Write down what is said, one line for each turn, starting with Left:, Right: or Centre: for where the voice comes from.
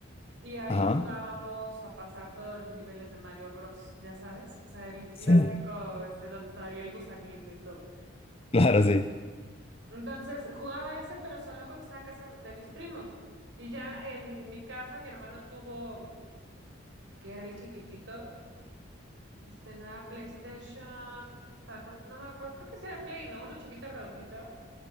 Right: y ahí
Left: Ajá.
Right: jugábamos a pasar todos los niveles de Mario Bros, ya sabes, o sea, el clásico,
Left: Sí,
Right: ese donde estaba el gusanito y todo.
Left: <laughs> claro, sí.
Right: Entonces jugaba ese, pero solo cuando estaba en casa de mis primos. Y ya en mi casa, mi hermano tuvo, mm, que era el chiquitito, este, no era PlayStation, ta- no, no me acuerdo, creo que sí era Play, ¿no? Uno chiquito redondito.